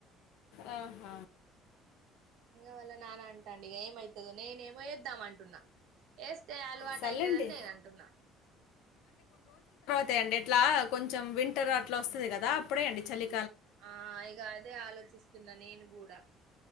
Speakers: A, on the left (about 75°); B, on the right (about 60°).
A: ఆహ
B: ఇంకా వళ్ళ నానా అంటాండి ఇక ఏమవుతుంది నేనేమో వేద్దాం అంటున్నా ఎస్ తే అలవాటయితదని
A: సర్లేండి
B: నేను అంటున్నా
A: తే అండి ఇట్లా కొంచెం వింటర్ అట్లా వస్తుంది కదా అప్పుడే అండి చలి
B: ఆ ఇగ అదే ఆలోచిస్తున్నా నేను కూడా